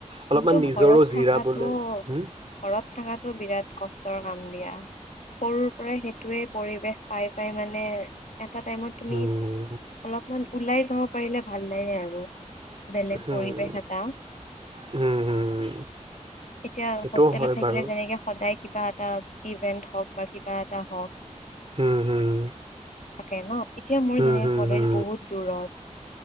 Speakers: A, on the right; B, on the left.
A: অলপমান
B: কিন্তু ঘৰত
A: নিজৰো জিৰাবলৈ
B: থকাটো
A: হম
B: ঘৰত থকাটো বিৰাট কষ্ট কাম দিয়া সৰুৰ পৰা সেইটোৱে পৰিৱেশ পাই পাই মানে এটা টাইমত তুমি
A: হম
B: অলপমান ওলাই যাব পাৰিলে ভাল লাগে আৰু বেলেগ
A: হম
B: পৰিৱেশ এটা
A: হম হম
B: এতিয়া
A: সেইটোও
B: হোষ্টেলত
A: হয়
B: থাকিলে
A: বাৰু
B: যেনেকে সদায় কিবা এটা ইভেন্ট হওক বা কিবা এটা হওক
A: উম হম
B: তাকে ন এতিয়া মোৰ
A: হম
B: যেনেকে
A: হম
B: কলেজ
A: হম
B: বহুত দূৰত